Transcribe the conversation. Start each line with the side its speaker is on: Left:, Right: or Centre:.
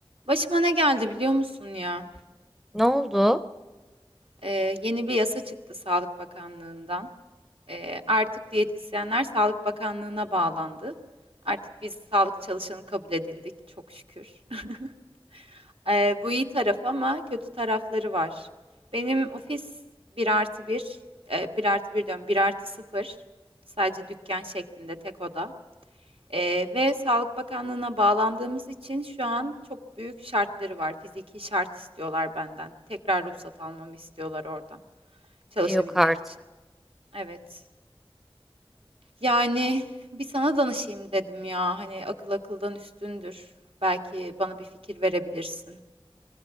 Right: Başıma ne geldi biliyor musun ya?
Centre: Ne oldu?
Right: Ee, yeni bir yasa çıktı Sağlık Bakanlığı'ndan. Ee, artık diyetisyenler Sağlık Bakanlığı'na bağlandı. Artık biz sağlık çalışanı kabul edildik çok şükür. <laughs> Ee, bu iyi taraf ama kötü tarafları var. Benim ofis bir artı 1, bir artı bir diyorum bir artı sıfır sadece dükkan şeklinde tek oda. Ee, ve Sağlık Bakanlığı'na bağlandığımız için şu an çok büyük şartları var. Fiziki şart istiyorlar benden. Tekrar ruhsat almamı istiyorlar oradan çalışabilmek
Centre: Yok artık.
Right: için. Evet. Yani bir sana danışayım dedim ya. Hani akıl akıldan üstündür. Belki bana bir fikir verebilirsin.